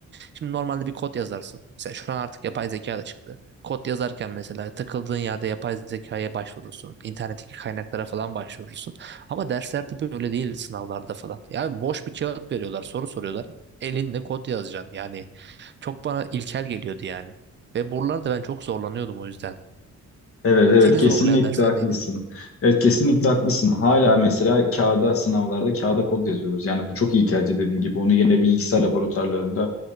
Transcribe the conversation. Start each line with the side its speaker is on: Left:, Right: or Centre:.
Right: Şimdi normalde bir kod yazarsın. Mesela şu an artık yapay zeka da çıktı. Kod yazarken mesela takıldığın yerde yapay zekaya başvurursun. İnternetteki kaynaklara falan başvurursun. Ama derslerde böyle değil sınavlarda falan. Yani boş bir kağıt veriyorlar, soru soruyorlar. Elinde kod yazacaksın. Yani çok bana ilkel geliyordu yani. Ve buralarda ben çok zorlanıyordum o yüzden.
Left: Evet evet
Right: Seni
Left: kesinlikle
Right: zorlayan dersler
Left: haklısın.
Right: neydi?
Left: Evet kesinlikle haklısın. Hala mesela kağıda sınavlarda kağıda kod yazıyoruz. Yani bu çok iyi kelce dediğin gibi. Onu yine bilgisayar laboratuvarlarında